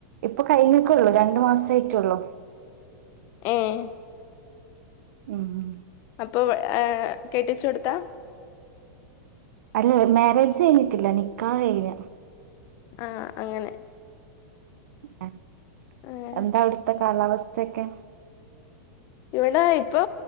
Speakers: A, on the right; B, on the left.
A: ഇപ്പൊ കഴിഞ്ക്കുള്ളൂ രണ്ടു മാസം ആയിട്ടുള്ളൂ
B: ഉം
A: ഉം
B: അപ്പൊ കെട്ടിച്ച് കൊടുത്ത
A: അല്ല മാരേജ് കഴിഞ്ഞിട്ടില്ല, നിക്കാഹ്‌ കഴിഞ്ഞ്,
B: ആഹ് അങ്ങനെ,
A: ആഹ്
B: ഏഹ്
A: എന്താ അവടുത്തെ കാലാവസ്ഥയൊക്കെ?
B: ഇവടെ ഇപ്പൊ